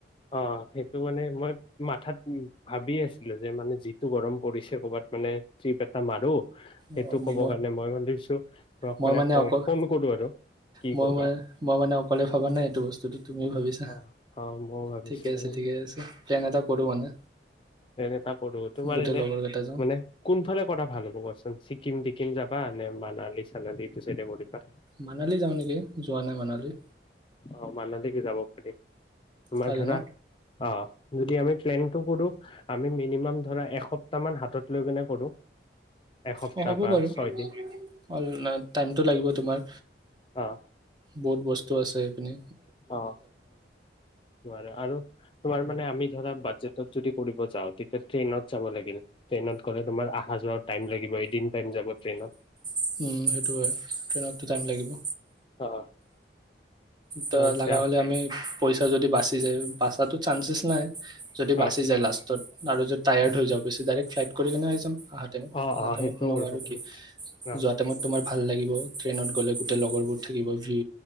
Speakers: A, on the left (about 30°); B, on the right (about 25°).
A: অ', সেইটো মানে মই মাথাত উ', ভাবি আছিলো যে মানে যিটো গৰম পৰিছে কৰ'বাত মানে ট্ৰিপ এটা মাৰো। সেইটো
B: অঁ, মই
A: ক'ব কাৰণে মই ভাবিছো তোমাক
B: মই
A: মানে কওঁ
B: অকল
A: ফোন কৰো আৰু কি
B: মই
A: কৰা?
B: মানে মই মানে অকলে ভবা নাই এইটো বস্তুটো তুমিও ভাবিছা
A: অ', অ', মইও ভাবিছিলো
B: ঠিকে আছে
A: মানে
B: ঠিকে আছে প্লেন এটা কৰোঁ মানে
A: প্লেন এটা কৰো তোমাৰ
B: গোটেই
A: এনে
B: লগৰ কেইটা যাওঁ
A: মানে কোনফাল কৰা ভাল হব কোৱাচোন ছিক্কিম ছিক্কিম তিক্কিম যাবা নে মানালী চানালি এইটো চাইড এ কৰিবা।
B: মানালী যাওঁ নেকি যোৱা নাই মানালী।
A: অ', মানহালীকে যাব স তোমাৰ
B: কালি
A: ধৰা
B: ন
A: অ', যদি আমি প্লেনটো কৰো আমি মিনিমাম ধৰা এসপ্তাহ মান হাতত লৈ কেনে কৰো। এসপ্তাহ
B: অ হ'ব
A: বা
B: বাৰু
A: ছয় দিন
B: অ টাইমটো লাগিব তোমাৰ।
A: অ
B: বহুত বস্তু আছে এইপিনি।
A: অ নোৱাৰা আৰু তোমাৰ মানে আমি ধৰা বাজেটত যদি ফুৰিব যাওঁ তেতিয়া ট্ৰেইনত যাব লাগিল ট্ৰেইনত গ'লে তোমাৰ অহা যোৱা টাইম লাগিব এদিন টাইম যাব ট্ৰেইনত।
B: সেইটো হয় ট্ৰেইনত টাইম লাগিব।
A: অ
B: ত
A: অ', এতিয়া
B: লগা হলে আমি পইচা যদি বাচি যায় বাচা চান্সেছ নাই যদি বাচি
A: অ',
B: যায় লাষ্টত আৰু যদি টায়াৰ্ড
A: অ',
B: হৈ যাওঁ বেছি ডাইৰেক্ট ফ্লাইট কৰি কেনে আহ যাম আহা টাইমত
A: অ',
B: অহা
A: অ',
B: টাইমত
A: সেইটোও
B: ন
A: কৰিব
B: আৰু
A: পাৰি
B: কি
A: অ',
B: যোৱা টাইমত তোমাৰ ভাল লাগিব ট্ৰেইনত গ'লে গোটেই লগৰবোৰ থাকিব ভী